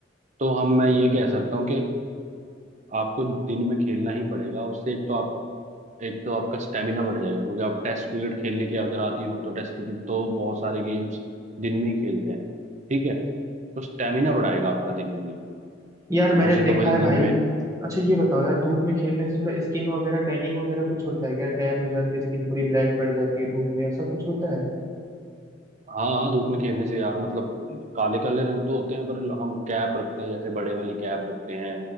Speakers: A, on the right; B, on the right.
A: तो हम मैं ये कह सकता हूँ कि आपको दिन में खेलना ही पड़ेगा उससे एक तो आप एक तो आपका स्टेमिना बढ़ जाएगा क्योंकि आप टेस्ट क्रिकेट खेलने के अगर आदी हो तो टेस्ट क्रिकेट तो बहुत सारे गेम्स दिन में ही खेलते हैं ठीक है तो स्टेमिना बढ़ाएगा आपका दिन में गेम
B: यार मैंने
A: मुझे
B: देखा
A: तो भाई
B: है भाई
A: दिन में
B: अच्छा ये बताओ यार धूप में खेलने से थोड़ा स्किन वगैरह टैनिंग वगैरह कुछ होता है क्या टैन हो जाती है स्किन थोड़ी ब्लैक पड़ जाती है धूप में ऐसा कुछ होता है
A: हाँ हाँ धूप में खेलने से यार मतलब काले काले रंग तो होते हैं पर हम कैप रखते हैं जैसे बड़े वाली कैप रखते हैं